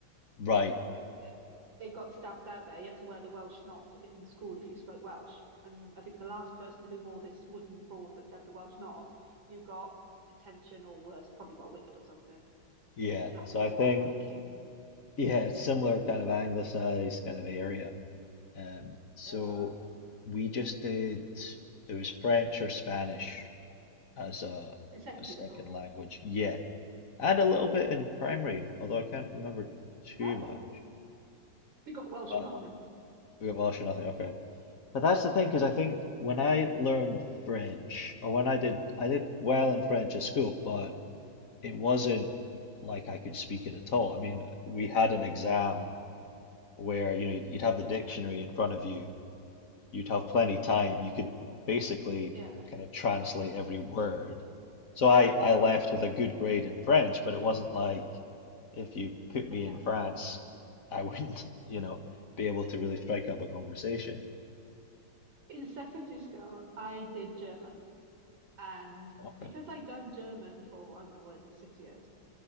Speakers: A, on the left; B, on the right.
A: Right.
B: it, it got stamped out there. You had to wear the Welsh knot if in school if you spoke Welsh. And I think the last person who wore this wooden board that said the Welsh knot, you got detention or worse, probably got whipped or something,
A: Yeah.
B: slapped
A: So
B: on
A: I
B: the
A: think,
B: back with a cane.
A: yeah, it's similar kind of anglicized kind of area. Um, so
B: Yeah,
A: we just did, it was French or Spanish as a,
B: in secondary
A: a second
B: school.
A: language. Yeah. And a little bit in primary, although I can't remember too
B: Oh,
A: much.
B: we got Welsh
A: But
B: or nothing.
A: we got Welsh or nothing. Okay. But that's the thing,
B: <laughs>
A: because I think when I learned French, or when I did, I did well in French at school, but it wasn't like I could speak it at all. I mean, we had an exam where you know you'd, you'd have the dictionary in front of you you'd have plenty time you could basically
B: Yeah.
A: kind of translate every word so I I left with a good grade in French but it wasn't like if you put me
B: Um,
A: in France I wouldn't <laughs> you know be able
B: so
A: to really strike up a conversation
B: in secondary school, I did German, and
A: okay
B: because I'd done German for I don't know what is it, six years,